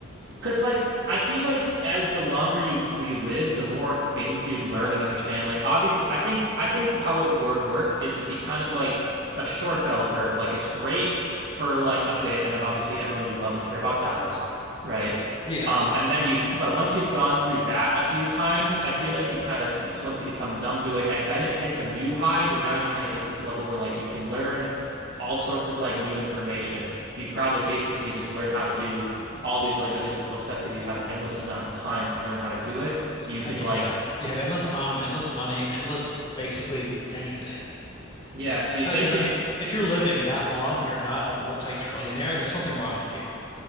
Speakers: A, on the right; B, on the left.
A: because like I feel like as the longer you you live, the more things you'd learn and understand. Like obviously, I think I think how it would work is it'd be kind of like a short bell curve. Like it's great for like a bit, and then obviously everyone you love and care about dies, right?
B: Yeah.
A: Um, and then you've but once you've gone through that a few times, I feel like you kind of once you become numb to it, and then it hits a new high where now you kind of get to this level where like you can learn all sorts of like new information. You probably basically just learn how to do all these like really difficult stuff because you have an endless amount of time to learn how to do it. So you
B: I
A: could
B: mean,
A: like
B: yeah. You have endless time, endless money, endless basically anything.
A: yeah, so you'd
B: Uh,
A: basic
B: 'cause I mean, if you're living that long and you're not a multi-trillionaire, there's something wrong with you.